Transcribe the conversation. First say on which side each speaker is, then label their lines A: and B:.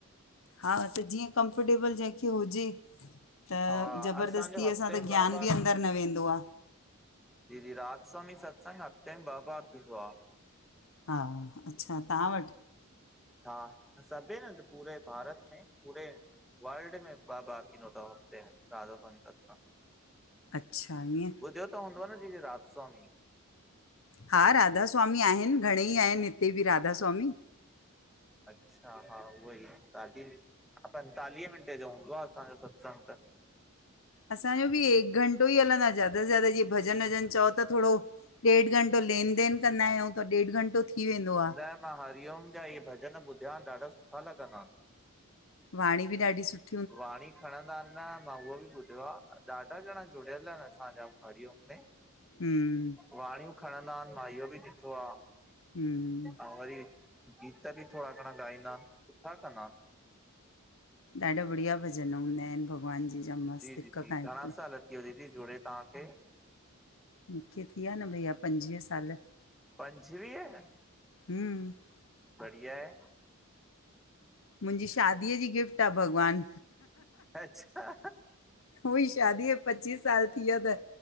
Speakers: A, on the left; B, in the centre.
A: हा त जीयं कम्फर्टेबल जेंहखे हुजे त
B: हा
A: ज़बरदस्तीअ
B: असांजो हफ़्ते
A: सां त
B: में ॿ
A: ज्ञान बी अंदर न वेंदो आ
B: दीदी राधा स्वामी सत्संग हफ़्ते में ॿ बार थींदो आ
A: हा अच्छा तव्हां वट।
B: हा सभे न त पूरे -- भारत में पूरे वर्ल्ड में बाबाासिनोदा हफ़्ते राधा ससत त --
A: अच्छा ईअं।
B: ॿुधियो त हूंदो न जी रातस्वामी।
A: हा राधास्वामी आहिन घणेई आहिन हिते बि राधास्वामी।
B: अच्छा हा उहो ई साढी पंजेतालीह मिंटे जो हूंदो आहे असांजो सत्संग त --
A: असांजो बि ए घंटो ई हलंदो आ ज्यादा सां ज्यादा जीअं भॼन वॼन चओ त थोरो। ॾेढु घंटो लेन देन कंदा आहियूं त ॾेढु घंटो थी वेंदो आ।
B: न मां हरिओम जा इहे भॼन ॿुधिया ॾाढा सुठा लॻंदा।
A: वाणी बि ॾढी सुठी।
B: वणी खणंदा न। न मां उहो बि ॿुधियो आहे ॾाढा ॼणा जुड़ियल आहिन असांजा हरिओम में।
A: हम्म --
B: वणियूं खणंदा आहिन मां इयो बि ॾिठो आहे
A: हम्म
B: ऐं वरी -- गीत बि थोरा घणा गॻाईंदा आहिन सुठा कंदा आहिन।
A: ॾाढा बढ़िया भॼन हूंदा आहिन भॻवान जी जा मस्त
B: जी
A: हिक
B: दीदी
A: खां हिक।
B: घणा साल दीदी जोड़े तव्हांखे।
A: मूंखे थीया न भईया पंजवीह साल।
B: पंजवीह।
A: हम्म -
B: बढिया आहे।
A: मुंहिंजी शादीअ जी गिफ़्ट आ भॻवान।
B: अच्छा
A: उई शादीअ पची साल थी विया त।